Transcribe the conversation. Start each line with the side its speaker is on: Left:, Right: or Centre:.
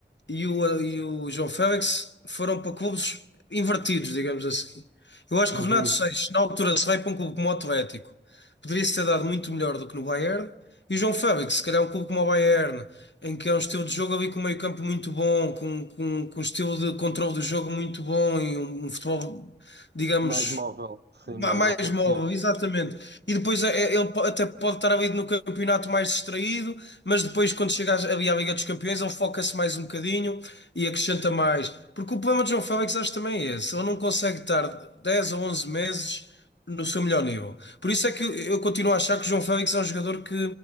Left: e o, e o João Félix foram para clubes invertidos, digamos assim. Eu acho
Right: Uhum.
Left: que o Renato Seixas, na altura, se vai para um clube como o Atlético, poderia-se ter dado muito melhor do que no Bayern. E o João Félix, se calhar um clube como o Bayern, em que é um estilo de jogo ali com um meio-campo muito bom, com, com, com um estilo de controle do jogo muito bom e um, um futebol, digamos.
Right: Mais móvel, sim,
Left: Ma-
Right: mais
Left: Mais
Right: ofensivo.
Left: móvel, exatamente. E depois é- é, ele po- até pode estar ali no campeonato mais distraído, mas depois, quando chega às- ali à Liga dos Campeões, ele foca-se mais um bocadinho e acrescenta mais. Porque o problema de João Félix acho também é esse: ele não consegue estar 10 ou 11 meses no seu melhor nível. Por isso é que eu, eu continuo a achar que o João Félix é um jogador que,